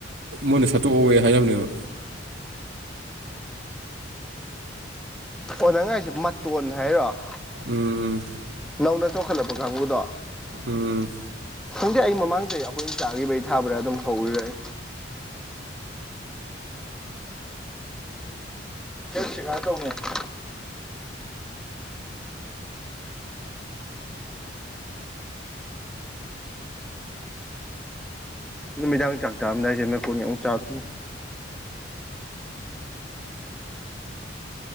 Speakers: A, on the right (about 60°); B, in the centre.
A: ꯃꯣꯏꯅ ꯁꯥꯠꯇꯣꯑꯧꯑꯦ ꯍꯥꯏꯕꯅꯦꯕ
B: ꯑꯣ ꯅꯪꯅꯥ ꯍꯥꯏꯁꯦ ꯃꯇꯣꯟ ꯍꯥꯏꯔꯣ
A: ꯎꯝ
B: ꯅꯧꯅ ꯆꯣꯡꯈꯠꯂꯛꯄ ꯀꯥꯡꯕꯨꯗꯣ
A: ꯎꯝ
B: ꯈꯪꯗꯦ ꯑꯩ ꯃꯃꯥꯡ ꯆꯍꯤ ꯑꯩꯈꯣꯏꯅ ꯆꯥꯒꯤꯕꯩ ꯊꯥꯕꯔꯥꯏ ꯑꯗꯨꯝ ꯍꯧꯔꯤ ꯑꯥꯢ ꯁꯤ <unintelligible> ꯇꯧꯅꯦ ꯅꯨꯃꯤꯗꯥꯡ ꯆꯥꯛ ꯆꯥꯔꯝꯗꯥꯏꯁꯦ ꯃꯦꯀꯣꯟꯅꯤ ꯑꯃꯨꯛ ꯆꯥ ꯗꯣꯏꯅꯤ